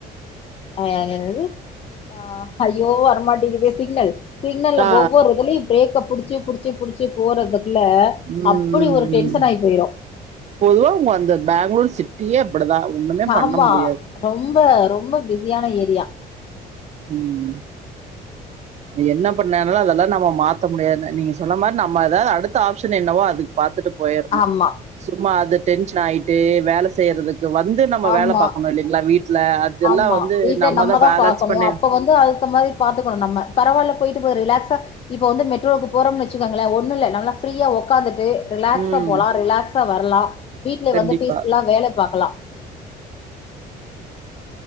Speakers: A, on the left; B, on the right.
A: அய என்னது ஆ ஐயோ வரமாட்டேக்குது சிக்னல் சிக்னல்ல
B: ஆ
A: ஒவ்வொரு இதுலயு பிரேக்க புடிச்சு புடிச்சு புடிச்சு போறதுக்குள்ள
B: ம்
A: அப்படி
B: ம்
A: ஒரு டென்ஷன்னாய்
B: ம்
A: போயிரு
B: பொதுவா உங்க அந்த பேங்ளூர் சிட்டியே அப்டிதா ஒண்ணுமே
A: ஆமா
B: பண்ண முடியாது
A: ரொம்ப ரொம்ப பிஸியான ஏரியா
B: ம் அது என்ன பண்ணனாலு அதெல்லா நம்ம மாத்த முடியாது நீங்க சொன்ன மாரி நம்ம ஏதாவ்து அடுத்த ஆப்ஷன் என்னவோ அதுக்கு பாத்துட்டு போயிர்ணு
A: ஆமா
B: சும்மா அது டென்ஷன் ஆயிட்டு வேல செய்யறதுக்கு வந்து நம்ம
A: ஆமா
B: வேல பாக்கணு இல்லி ங்ளா வீட்ல அதெல்லா
A: ஆமா
B: வந்து
A: வீட்ல
B: நம்மதா பேலன்ஸ்
A: பாக்கணு
B: பண்ணி
A: அப்ப வந்து அல்த்த மாரி பாத்துக்கணு நம்ம பரவால்ல போய்ட்டு போது ரிலாக்ஸா இப்ப வந்து மெட்ரோவுக்கு போறோம்ன் வெச்சுக்காங்ளே ஒன்னு இல்ல நம்ள ஃப்ரீயா உக்காந்துட்டு ரிலாக்ஸா
B: ம்
A: போலா ரிலாக்ஸா வர்லா வீட்ல
B: கண்டிப்பா.
A: வந்து பீஸ்ஃபுல்லா வேல பாக்லா